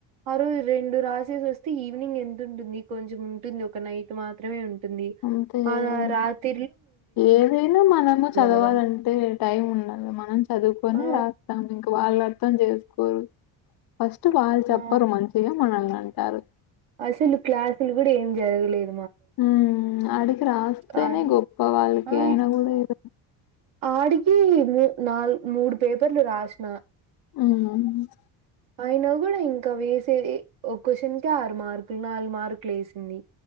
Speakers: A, on the right; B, on the left.
A: ఆ రోజు రెండు రాసేసి వస్తే ఈవినింగ్ ఎంత ఉంటుంది కొంచెం ఉంటుంది ఒక నైట్ మాత్రమే ఉంటు తుంది
B: అంతే కదండి
A: ఆ రా రాత్
B: ఏదైనా మనము చదవాలంటే
A: కదా
B: టైం ఉండాల, మనం చదువుకొనే
A: ఆ
B: రాస్తాం ఇంకా వాళ్ళర్థం <unintelligible> జేసుకోరు ఫస్ట్ వాళ్ళ్ చెప్పరు
A: ఆ
B: మంచిగా మనల్ని అన్ టారు
A: అసలు క్లాసులు కూడా ఏం జరగలేద్
B: హ్మ్ అడికి రాస్తేనే
A: కానీ
B: గొప్ప వాళ్ళకి
A: ఆ
B: అయినా కూడా <unintelligible>
A: ఆడికి మూ నాలుగు మూడు పేపర్లు రాస్నా
B: హ్మ్ మ్
A: అయిన కూడా ఇంకా వేసేవి ఒక్కోషన్కే ఆర్ మార్కులు నాలుగు మార్కులు వేసింది